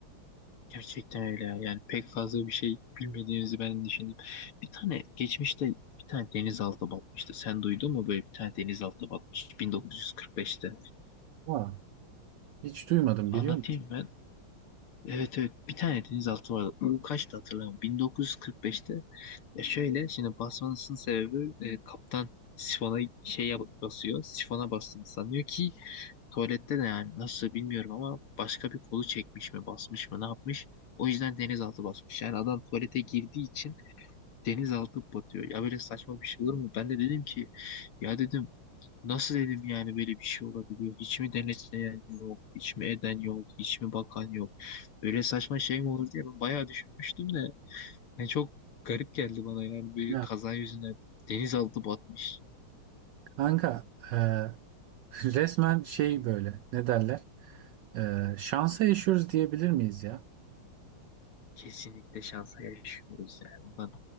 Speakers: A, on the left; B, on the right.
A: Gerçekten öyle ya. Yani pek fazla bir şey bilmediğinizi ben düşündüm. Bir tane geçmişte bir tane denizaltı batmıştı. Sen duydun mu böyle bir tane denizaltı batmış 1945'te?
B: Ha. Hiç duymadım
A: Anlatayım
B: biliyor musun?
A: ben. Evet evet bir tane denizaltı vardı. U kaçtı hatırlamıyorum. 1945'te. Ya şöyle şimdi basmasının sebebi e, kaptan sifona şey yap- basıyor. Sifona bastığını sanıyor ki tuvalette de yani nasıl bilmiyorum ama başka bir kolu çekmiş mi basmış mı ne yapmış. O yüzden denizaltı basmış. Yani adam tuvalete girdiği için denizaltı batıyor. Ya böyle saçma bir şey olur mu? Ben de dedim ki ya dedim Nasıl dedim yani böyle bir şey olabiliyor? Hiç mi denetleyen yok? Hiç mi eden yok? Hiç mi bakan yok? Böyle saçma şey mi olur diye ben bayağı düşünmüştüm de. Yani çok garip geldi bana yani böyle
B: Ya
A: kaza yüzüne denizaltı batmış.
B: kanka e, <laughs> resmen şey böyle ne derler? E, şansa yaşıyoruz diyebilir miyiz ya?
A: Kesinlikle şansa yaşıyoruz yani. Ondan